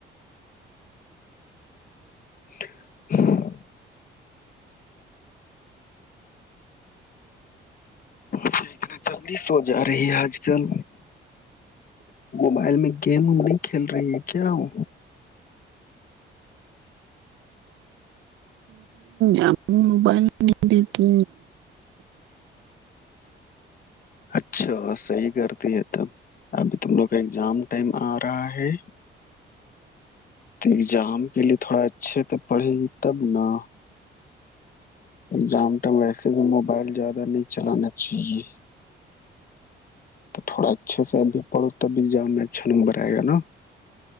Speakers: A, on the left (about 45°); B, on the right (about 75°).
A: <inaudible> پ اتنا جلدی سو جا رہی ہے آج کل موبائل میں گیم نہیں کھیل رہی ہے کیا ہو
B: ہ موبائل نہیں دیتی
A: اچھا صحیح کرتی ہے تب ابھی تم لوگ کا اگزام ٹائم آ رہا ہے تو ایگزام کے لیے تھوڑا اچھے تو پڑھے گی تب نا ایگزام ٹائم ویسے بھی موبائل زیادہ نہیں چلانا چاہیے تو تھوڑا اچھے سے ابھی پڑو تب ایگزام میں اچھا نمبر آئے گ نا